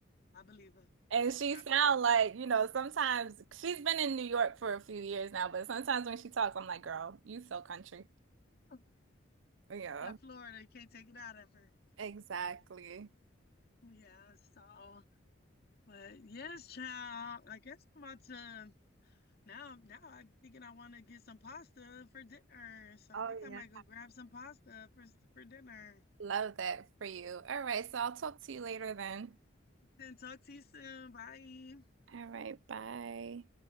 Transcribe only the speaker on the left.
I believe her.
I
believe
her.
That Florida, you can't take it out of her.
Yeah, so, but yes, child. I guess I'm about to Now, now I'm thinking I want to get some pasta for dinner. So I
think I
might go grab some pasta for for dinner.
Then talk to you soon. Bye.